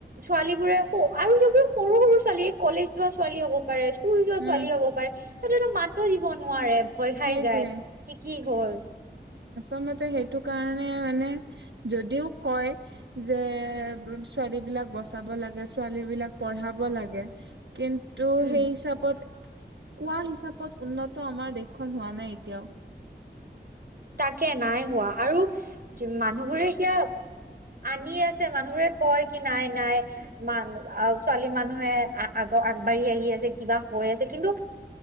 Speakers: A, on the right; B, on the right.
A: ছোৱালী বোৰে আৰু সেইবোৰ সৰু সৰু ছোৱালীয়ে কলেজ যোৱা ছোৱালী হ'ব পাৰে স্কুল যোৱা
B: উম
A: ছোৱালী হ'ব পাৰে সিহঁতেটো মাতো দিব নোৱাৰে ভয় খাই
B: সেইটোৱে
A: যায় কি কি হ'ল।
B: আচলতে সেইটো কাৰণে মানে যদিও কয় যে ছোৱালী বিলাক বচাব লাগে ছোৱালী বিলাক পঢ়াব লাগে কিন্তু তো
A: উম
B: সেই হিচাপত কোৱা হিচাপত উন্নত আমাৰ দেশখন হোৱা নাই এতিয়াও।
A: তাকে নাই হোৱা আৰু মানুহবোৰে এতিয়া আনি আছে মানুহোৰে কয় কি নাই নাই মান আ ছোৱালী মানুহে আগবাঢ়ি আহি আছে কিবা হৈ আছে কিন্তু